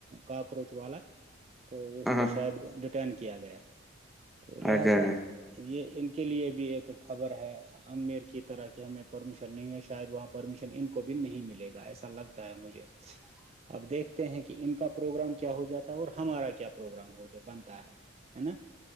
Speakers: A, on the right; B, in the centre.
A: کاکروچ والا تو اس
B: ہاں
A: کو
B: ہاں
A: شاید ڈیٹین کیا گیا تو لہذا
B: اچھا اچھا
A: یہ ان کے لیے بھی ایک خبر ہے امیر کی طرح کہ ہمیں پرمیشن نہیں ہے شاید وہاں پرمیشن ان کو بھی نہیں ملے گا ایسا لگتا ہے مجھے
B: ہاں
A: اب دیکھتے ہیں کہ ان کا پروگرام کیا ہو جاتا ہے اور ہمارا کیا پروگرام ہو ج بنتا ہے ہے نا